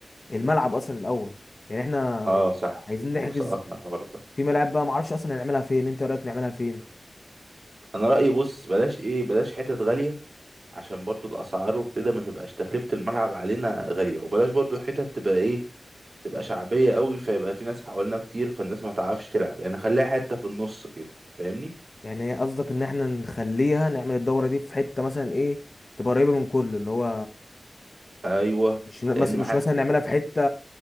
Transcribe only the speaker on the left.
الملعب اصلا الاول يعني احنا
عايزين نحجز
في ملاعب بقى معرفش اصلا نعملها فين انت رايك نعملها فين
يعني قصدك ان احنا نخليها نعمل الدوره دي في حته مثلا ايه تبقى قريبه من كله اللي هو
مش مثلا
مش
مثلا نعملها في حته